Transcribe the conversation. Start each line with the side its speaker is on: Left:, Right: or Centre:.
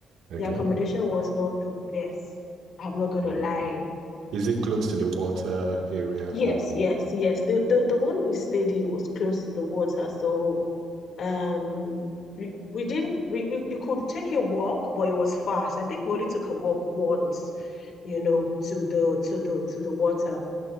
Right: Okay.
Left: The accommodation was not the best. I'm not gonna
Right: Oh.
Left: lie.
Right: Is it close to the water area
Left: Yes,
Right: or
Left: yes, yes. The the, the one we stayed in was close to the water, so Um, we, we didn't we, we you could take a walk, but it was fast. I think we only took a walk once, you know, to the to the to the water.